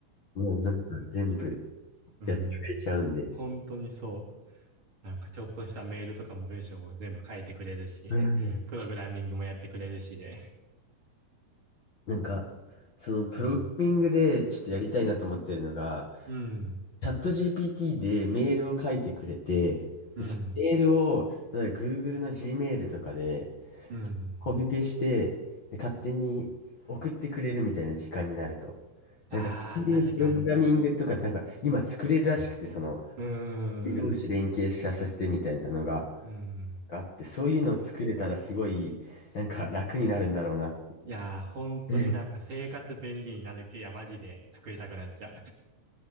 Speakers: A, on the left (about 45°); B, on the right (about 40°).
A: もうなんか全部
B: <laughs> うん。
A: やってくれちゃうんで。
B: <laughs> 本当にそう。なんかちょっとしたメールとかの文章も全部書いてくれるし、
A: はいはいはい
B: プログラミングもやってくれるしで。
A: なんか、そのプログラミングでちょっとやりたいなと思ってるのが、
B: うん。うん。
A: チャット GPT でメールを書いてくれて、
B: うん。
A: で、そのメールを、例えば Google の Gmail とかで
B: うん。
A: コピペして、で、勝手に送ってくれるみたいな時間になると。
B: ああ、
A: なんか、そういうプログラミングとか、
B: 確かに。
A: なんか今作れるらしくて、その、
B: うー
A: 同士連携させてみたいなのが、
B: ん。うん。
A: があって、そういうのを作れたらすごい、なんか楽になるんだろうな。
B: いやー、本当になんか生活便利になる系やマジで作りたくなっちゃう。
A: <laughs>